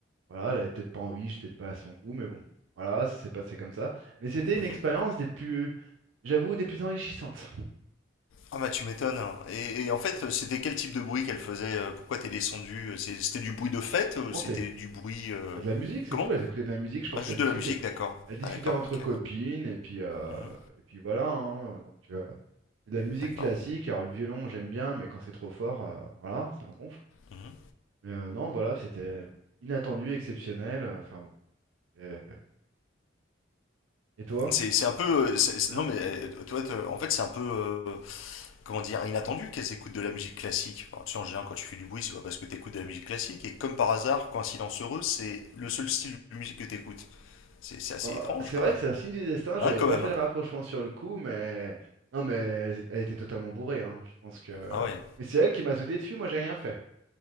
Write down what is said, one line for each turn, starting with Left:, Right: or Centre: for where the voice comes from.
Right: voilà, elle avait peut-être pas envie, j'étais peut-être pas à son goût, mais bon, voilà, ça s'est passé comme ça. Mais c'était une
Left: Mhm.
Right: expérience des plus, j'avoue, des plus enrichissantes.
Left: Ah bah tu m'étonnes. hein. Et, et en fait, c'était quel type de bruit qu'elle faisait Pourquoi t'es descendu C'est- C'était du bruit de fête ou
Right: Montée.
Left: C'était du bruit... euh,
Right: De la musique, c'est
Left: Comment
Right: tout, elle écoutait de la musique, je pense
Left: Ah, juste
Right: qu'elle discutait.
Left: de la musique, d'accord.
Right: Elle discutait
Left: Ah, d'accord,
Right: entre
Left: ok.
Right: copines, et puis, euh,
Left: Mhm,
Right: et puis voilà, hein, donc euh, c'est de la musique
Left: d'accord.
Right: classique, alors le violon j'aime bien, mais quand c'est trop fort, euh, voilà, ça me gonfle.
Left: Mhm.
Right: Mais euh, non, voilà, c'était inattendu, exceptionnel, euh, enfin bon. Euh, et toi?
Left: C'est c'est un peu. euh, c'est- c'est-
Right: Hein?
Left: non, mais euh, toi, te- en fait, c'est un peu. euh, comment dire Inattendu qu'elles écoutent de la musique classique. Enfin, tu sais, en général, quand tu fais du bruit, c'est pas parce que t'écoutes de la musique classique. Et comme par hasard, coïncidence heureuse, c'est le seul style de musique que t'écoutes. C'est c'est assez
Right: Ah,
Left: étrange
Right: ah, C'est
Left: quand
Right: vrai
Left: même.
Right: que c'est un signe du destin, j'avais
Left: Hein, quand
Right: pas
Left: même.
Right: fait le rapprochement sur le coup, mais. Non, mais elle, é- elle était totalement bourrée, hein. Je pense que.
Left: Ah ouais.
Right: Mais c'est elle qui m'a sauté dessus, moi j'ai rien fait.